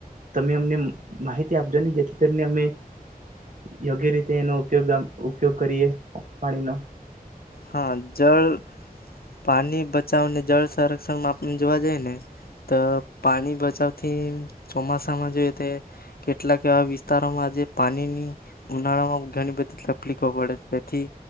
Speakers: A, on the right; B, on the left.
A: તમે અમને માહિતી આપજો ને જેથી કરીને અમે યોગ્ય રીતે એનો ઉપયોગ આમ ઉપયોગ કરીએ. પાણીનો
B: હા, જલ પાની બચાવને જળ સંરક્ષણમાં આપને જોવા જઈએ ને તો પાની બચાવથી ચોમાસામાં જોઈએ તે એ કેટલાક એવા વિસ્તારોમાં આજે પાનીની ઉનાળામાં ઘણી બધી તકલીફો પડે તેથી